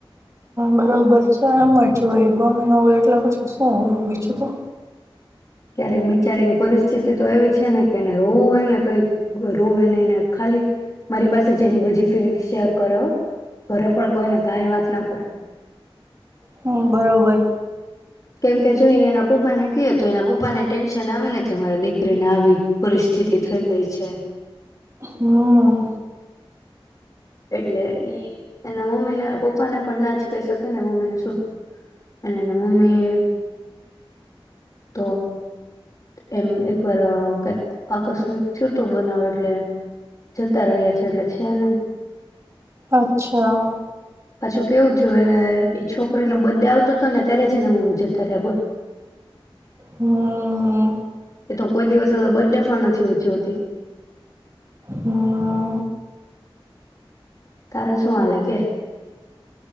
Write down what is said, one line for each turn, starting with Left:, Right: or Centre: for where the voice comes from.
Right: બરબર છે. આમ જ હોય. મમ્મી ન હોય એટલે પછી શું હોય બીજું તો.
Left: ક્યારેક બિચારીની પરિસ્થિતિ તો એવી છે ને કે એને રોવું હોય ને તો રોવે નહીં ને ખાલી મારી પાસે જે એની બધી ફિલિંગ શેર કરે હો, ઘરે પણ કોઈને કાઈ વાત ન કરે.
Right: હમ્મ, બરોબર.
Left: કેમ કે જો ઈ એના પપ્પાને કીએ તો એના પપ્પાનેય ટેન્શન આવે ને કે મારી દીકરીને આવી પરિસ્થિતિ થઈ ગઈ છે.
Right: હમ
Left: એટલે ઈ એના મમ્મીને પપ્પાને પણ ના જ કહી શકે ને મમ્મીને શું, અને એના મમ્મી તો એમ એકવાર અહ કાઈક આકસ્મિક થયું તું બનાવ, એટલે જતા રહ્યા છે, એટલે છે નહી.
Right: અચ્છા.
Left: પાછું કેવું થયું એને ઈ છોકરીનો બડે આવતો તો ને ત્યારે જ એના મમ્મી જતા રહ્યા બોલ.
Right: હ.
Left: એ તો કોઈ દિવસ હવે બડે પણ નથી ઉજવતી.
Right: હ.
Left: તારે શું હાલે કે.